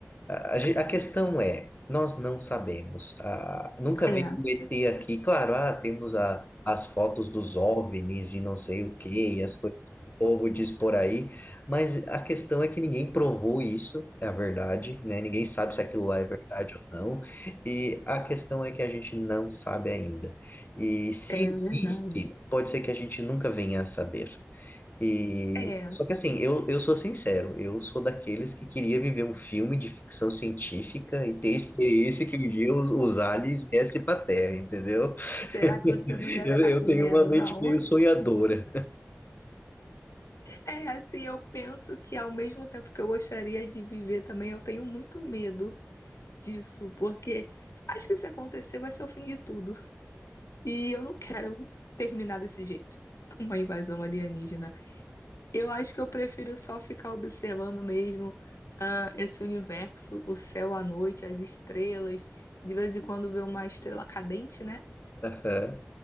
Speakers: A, on the left (about 40°); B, on the left (about 80°).
A: A, a gen- a questão é, nós não sabemos. Ah, nunca
B: É,
A: veio
B: é,
A: um ET aqui. Claro, ah, temos a, as fotos dos OVNIs e não sei o quê, e as coisas que o povo diz por aí, mas a questão é que ninguém provou isso, é a verdade, né? Ninguém sabe se aquilo lá é verdade ou não, e a questão é que a gente não sabe ainda. E se
B: é, é
A: existe,
B: verdade.
A: pode ser que a gente nunca venha a saber. E,
B: É,
A: só que assim, eu, eu sou sincero, eu sou daqueles que queria viver um filme de ficção científica e ter a experiência que um dia os, os aliens viessem para Terra, entendeu?
B: será
A: <laughs>
B: que você não ia
A: Eu,
B: ficar
A: eu
B: com
A: tenho
B: medo,
A: uma mente
B: não?
A: meio sonhadora.
B: É, assim, eu penso que ao mesmo tempo que eu gostaria de viver também, eu tenho muito medo disso, porque acho que se acontecer vai ser o fim de tudo. E eu não quero terminar desse jeito, uma invasão alienígena. Eu acho que eu prefiro só ficar observando mesmo, ah, esse universo, o céu à noite, as estrelas, de vez em quando ver uma estrela cadente, né?
A: Aham.